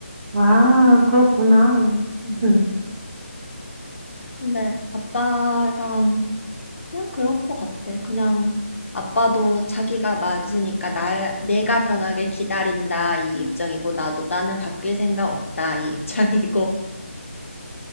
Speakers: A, on the right; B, on the left.
A: 아, 그렇구나.
B: 음.
A: 응.
B: 근데 아빠랑 그냥 그럴 것 같아. 그냥 아빠도 자기가 맞으니까 나, 내가 변하길 기다린다 이 입장이고 나도 나는 바뀔 생각 없다 이 입장이고